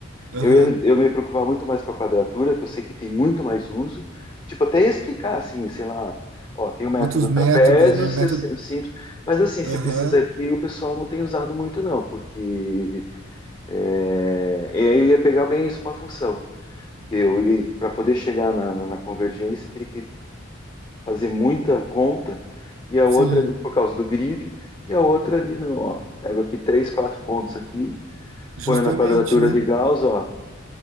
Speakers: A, on the right (about 70°); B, on the left (about 25°).
A: Aham.
B: eu ia, eu me preocupar muito mais com a quadratura, que eu sei que tem muito mais uso. Tipo, até ia explicar assim, sei lá, ó, tem o método
A: Outros métodos,
B: trapézio,
A: né?
B: se-
A: Método.
B: se- simples, mas assim, se
A: Aham.
B: precisa aqui, o pessoal não tem usado muito não, porque é, e aí eu ia pegar bem isso uma função. que Eu ia para poder chegar na, na, na convergência, teria que fazer muita conta, e a
A: Sim.
B: outra ali por causa do grid, e a outra ali, não, ó, pego aqui três, quatro pontos aqui,
A: Justamente,
B: ponho na quadratura
A: né?
B: de Gauss, ó,